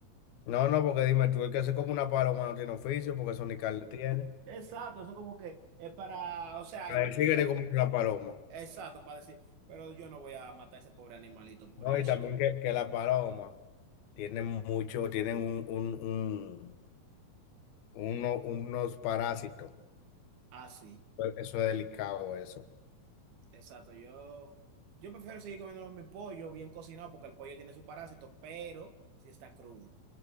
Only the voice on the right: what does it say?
Exacto, eso como que es para, o sea,
tú
te
lo
co-
exacto, para decir, pero yo no voy a matar a ese pobre animalito por
eso.
¿no?
Así.
Exacto, yo, yo prefiero seguir comiendo mi pollo bien cocinado porque el pollo tiene su parásito, pero si está crudo.